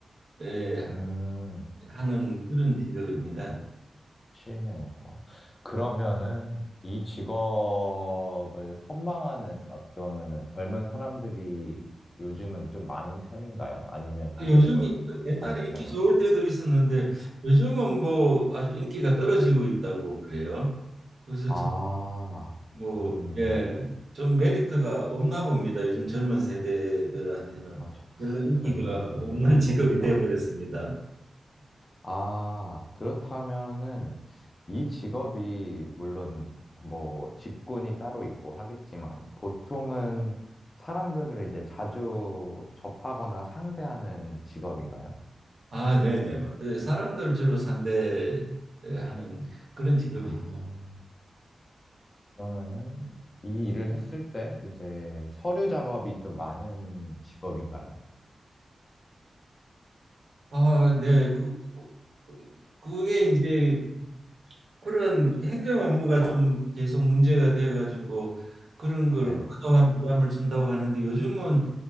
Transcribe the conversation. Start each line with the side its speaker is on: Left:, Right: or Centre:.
Right: 예,
Left: 음,
Right: 하는 그런 직업입니다.
Left: 실내에서. 그러면은 이 직업을 선망하는 어, 어떻게 보면은 젊은 사람들이 요즘은 좀 많은 편인가요? 아니면 그게
Right: 아, 요즘이
Left: 좀
Right: 그 옛날에
Left: 아닌가요?
Right: 인기 좋을 때도 있었는데 요즘은 뭐 아주 인기가 떨어지고 있다고 그래요. 그래서
Left: 아,
Right: 참 뭐
Left: 음,
Right: 예, 좀 메리트가 없나 봅니다. 요즘 젊은 세대들한테는
Left: 아, 저-
Right: 별로 인기가
Left: 젊은 세대는
Right: 없는
Left: 메리트가
Right: <laughs> 직업이
Left: 없다.
Right: 돼 버렸습니다.
Left: 아, 그렇다면은 이 직업이 물론 뭐 직군이 따로 있고 하겠지만 보통은 사람들을 이제 자주 접하거나 상대하는 직업인가요?
Right: 아, 네네. 예, 사람들 주로 상대하는 그런 직업이죠.
Left: 아, 그러면은 이 일을 했을 때 이제 서류 작업이 좀 많은 직업인가요?
Right: 아, 네. 그, 그- 그게 이제 그런 행정 업무가 좀 계속 문제가 되어 가지고 그런 걸
Left: 네.
Right: 과도한 부담을 준다고 하는데 요즘은